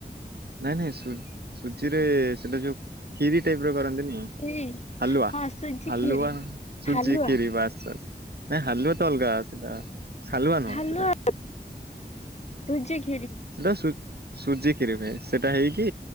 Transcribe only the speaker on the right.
ନାଇଁ ନାଇଁ ସେ ସୁଜି ରେ ସେଟା ଯୋଉ ଖିରି ଟାଇପର କରନ୍ତି ନି
ହାଲୁଆ
ହାଲୁଆ
ସୁଜି
ଖିରି ବାସ୍ ବାସ୍ ନାଇଁ ହାଲୁଆ ସିଏ ଅଲଗା ସେଟା ସାଲୁଆ ନୁହଁ
ସେଟା <inaudible>
ସେଟା ସୁଜି ସୁଜି ଖିରି ହୁଏ ସେଟା ହେଇକି